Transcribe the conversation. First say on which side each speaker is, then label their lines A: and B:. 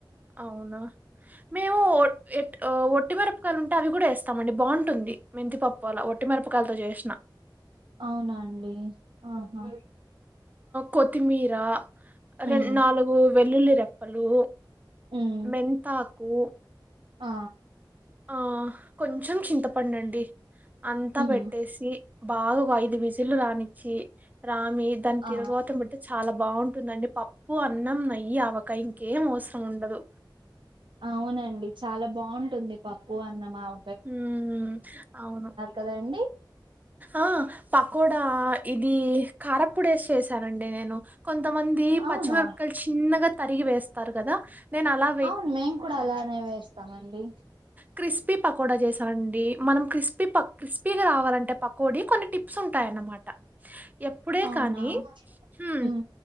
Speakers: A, on the right; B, on the right.
A: అవునా మేము ఎ ఒట్టిమిరపకాయలు ఉంటే అవి కూడా వేస్తామ అండి బాగుంటుంది మెంతిపప్పు అలా ఒట్టి మిరపకాయలతో చేసిన
B: అవునా అండి ఆహా
A: కొత్తిమీరా
B: హ్మ్
A: రె నాలుగు వెల్లుల్లి రెప్పలు
B: హ్మ్
A: మెంతాకు
B: ఆ
A: ఆ కొంచెం చింతపండు అండి అంతా
B: హ్మ్
A: పెట్టేసి బాగా ఒక ఐదు విజిలు రానిచ్చి రా మీ దా
B: ఆ
A: తిరగవత బట్టి చాలా బాగుంటుందండి పప్పు అన్నం నెయ్ ఆవకాయ ఇంకేం అవసరం ఉండదు
B: అవునండి చాలా బాగుంటుంది పప్పు అన్నం ఆవ
A: ఉమ్ అవును
B: కదండి
A: ఆ పకోడా ఇది కారపొడి వేసి చేసానండి నేను కొంతమంది
B: అవునా
A: పచ్చిమిరకాయలు చిన్నగా తరిగి వేస్త స్తారు కదా నేను అలా
B: అవును మేయింగ్ కూడా అలానే వేస్తా ఇస్తామండి
A: కృప్సీ పకోడా చేసాండి మనం క్రిస్పీ క్రిస్పీగా రావాలంటే పకోడి కొన్ని టిప్స్ ఉంటాయన్నమాట ఎప్పుడే
B: అవునా
A: కానీ హు
B: హ్మ్